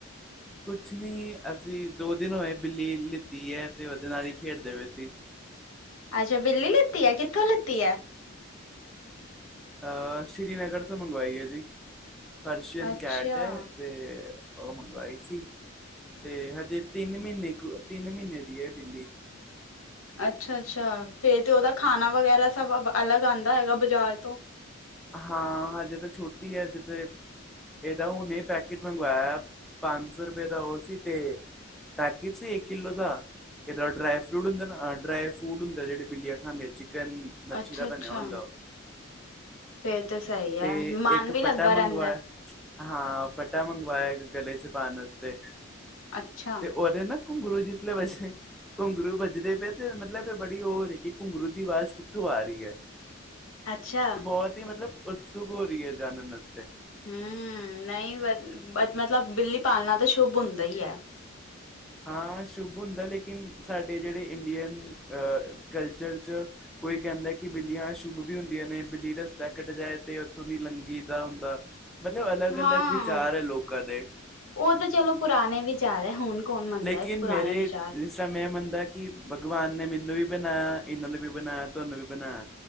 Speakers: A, in the centre; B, on the left (about 75°).
A: ਕੁਛ ਨੀ, ਅਸੀਂ ਦੋ ਦਿਨ ਹੋਏ ਬਿੱਲੀ ਲਿੱਤੀ ਐ ਤੇ ਓਦੇ ਨਾਲ ਈ ਖੇਡਦੇ ਪਏ ਸੀ।
B: ਅੱਛਾ ਬਿੱਲੀ ਲੀਤੀ ਐ, ਕਿੱਥੋਂ ਲੀਤੀ ਐ?
A: ਆਹ ਸ਼੍ਰੀਨਗਰ ਤੋਂ ਮੰਗਵਾਈ ਐ ਜੀ, ਪਰਸ਼ੀਅਨ
B: ਅੱਛਾ
A: ਕੈਟ ਐ ਤੇ ਓ ਮੰਗਵਾਈ ਸੀ, ਤੇ ਹਜੇ ਤਿੰਨ ਮੀਂਨੇ ਕੁ- ਤਿੰਨ ਮੀਂਨੇ ਦੀ ਏ ਬਿੱਲੀ।
B: ਅੱਛਾ-ਅਛਾ। ਫੇਰ ਤੇ ਓਦਾ ਖਾਣਾ ਵਗੈਰਾ ਸਭ ਅਲੱਗ ਆਂਦਾ ਹੋਏਗਾ ਬਾਜ਼ਾਰ ਤੋਂ?
A: ਹਾਂ, ਹਜੇ ਤਾਂ ਛੋਟੀ ਐ ਹਜੇ ਤੇ ਏਦਾ ਹੁੰਨੇ ਈ ਪੈਕਿਟ ਮੰਗਵਾਇਆ, ਪੰਜ ਸੌ ਰੁਪਏ ਦਾ ਓ ਸੀ ਤੇ ਪੈਕਟ ਸੀ ਇੱਕ ਕਿਲੋ ਦਾ ਜਿਦਾਂ ਡਰਾਈ ਫਰੂਟ ਹੁੰਦਾ ਨਾ ਡਰਾਈ ਫਰੂਟ ਹੁੰਦਾ ਜਿਹੜੇ ਬਿੱਲੀਆ ਖਾਂਦੇ ਚਿਕਨ,
B: ਅੱਛਾ
A: ਮੱਛੀ ਦਾ ਬਣਿਆ
B: ਅੱਛਾ
A: ਹੁੰਦਾ ਉਹ
B: ਫੇਰ ਤੇ ਸਹੀ ਹੈ
A: ਤੇ
B: ਮਨ
A: ਇੱਕ
B: ਵੀ
A: ਪਟਾ
B: ਲੱਗਾ
A: ਮੰਗਵਾਇਆ।
B: ਰਹਿੰਦਾ
A: ਹਾਂ ਪੱਟਾ ਮੰਗਵਾਇਆ ਇਕ ਗਲੇ ਚ ਪਾਣ ਵਾਸਤੇ,
B: ਅੱਛਾ
A: ਤੇ ਉਹਦੇ ਨਾ ਘੁੰਗਰੂ <unintelligible> ਘੁੰਗਰੂ ਵੱਜਦੇ ਪਏ ਤੇ ਮਤਲਬ ਇਹ ਬੜੀ ਹੋ ਰੀ ਘੁੰਗਰੂ ਦੀ ਆਵਾਜ਼ ਕਿੱਥੋਂ ਆ ਐ।
B: ਅੱਛਾ, ਹਮ
A: ਬਹੁਤ ਹੀ ਮਤਲਬ ਉਤਸੁਕ ਹੋ ਰਹੀ ਐ ਜਾਣਨ ਵਾਸਤੇ
B: ਹੂੰ, ਨਈ ਮਤਲਬ ਬਿੱਲੀ ਪਾਲਣਾ ਤਾਂ ਸ਼ੁੱਭ ਹੁੰਦਾ ਹੀ ਐ।
A: ਹਾਂ ਸ਼ੁੱਭ ਹੁੰਦਾ ਲੇਕਿਨ ਸਾਡੇ ਜਿਹੜੇ ਇੰਡੀਅਨ ਅਹ ਕਲਚਰ 'ਚ ਕੋਈ ਕਹਿੰਦਾ ਕਿ ਬਿੱਲੀਆਂ ਸ਼ੁੱਭ ਵੀ ਹੁੰਦੀਆਂ ਨੇ ਬਿੱਲੀ ਰਸਤਾ ਕੱਟ ਜਾਏ ਤੇ ਉੱਥੋਂ ਲੰਘੀ ਦਾ ਹੁੰਦਾ। ਮਤਲਬ ਅਲੱਗ
B: ਹਾਂ
A: ਅਲੱਗ ਵਿਚਾਰ ਐ ਲੋਕਾਂ ਦੇ।
B: ਉਹ ਤਾਂ ਚਲੋ ਪੁਰਾਣੇ ਵਿਚਾਰ ਐ ਹੁਣ ਕੌਣ ਮੰਨਦਾ
A: ਲੇਕਿਨ
B: ਐ ਪੁਰਾਣੇ
A: ਮੇਰੇ
B: ਵਿਚਾਰ
A: ਜਿਸ ਤਰਾ ਮੈਂ ਮੰਨਦਾ ਕਿ ਭਗਵਾਨ ਨੇ ਮੈਨੂੰ ਵੀ ਬਣਾਇਆ ਇਹਨਾਂ ਨੂੰ ਵੀ ਬਣਾਇਆ ਤੁਹਾਨੂੰ ਵੀ ਬਣਾਇਆ।